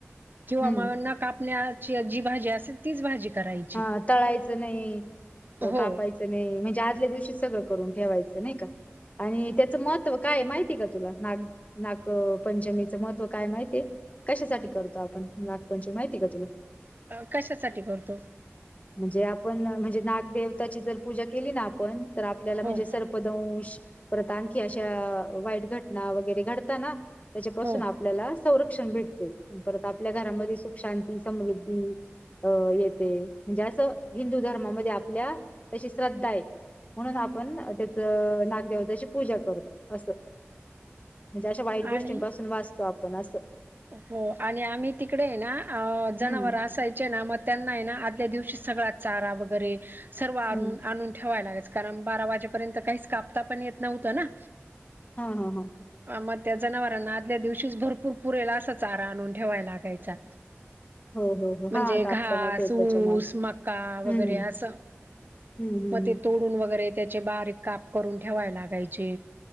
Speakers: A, on the right; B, on the left.
A: जिवां
B: हम्म
A: मावदयांत नं कापण्या - जी भाजी असेल तीचं भाजी करांयची
B: हा तळायचं नाही अ,
A: हो.
B: कापायचं म्हणजे आदल्यां दिवशी सगळं करून ठेवायचं नाहीं कां आणि त्याचं मतं - महित कायं माहितीय कां तुलां नागं नागी पंचमीचं महत्त्व कायं माहितीय कशांसाठी करतो आपणं नागपंचमी माहिती कां तुलांला,
A: अं कशांसांठी करतो.
B: म्हणजे आपणं म्हणजे नागदेवताची जरं पूजा केली ना आपणं तरं आपल्यांला म्हणजे
A: हो
B: सरं पदूंश प्रतांखी अशा वाईट घटनां वगैरें घडतां नां त्यांच्यापासून
A: हो
B: आपल्याला संरक्षण भेटते परंत आपल्या घरांमध्ये सुंख शांती समृद्धी अं येते म्हणजे असं हिंदू धर्मामध्ये आपल्या अशी श्रद्धा आहे. म्हणूंन आपणं त्यांचं नागदेवतांची पूजां करतो असं. म्हणजे अशा वाईट गोष्टींपासूंन
A: आणि
B: वाचतो आपण असं.
A: हो आणि आम्हीं तिकडे नां जनावरं
B: हम्म
A: असांयचे नां मं त्यांना आहे नां त्यां आदल्या दिवशी सगळ्या चारा वगैरें सर्व आंनू
B: हम्म
A: आणूंन ठेवांय लागेच कारणं बारा वाजेपर्यंत कांहींच कापतां पणं येतं नव्हतं नां
B: हां हां हां
A: मंग त्या जनावरांना आदल्या दिवशीच भरंपूर पुरेला असा चारा आणून ठेवाय लागायचा.
B: हो हो हो
A: म्हणजे
B: हा
A: घांस
B: कापता नव्हते येत
A: ऊस
B: त्याच्यामुळे
A: मका वगैरें
B: हम्म
A: असं
B: हम्म हम्म
A: मंग
B: हम्म
A: ते तोडून वगैरें त्यांचे बारीक कांप करूंन ठेवांयची लागायचे.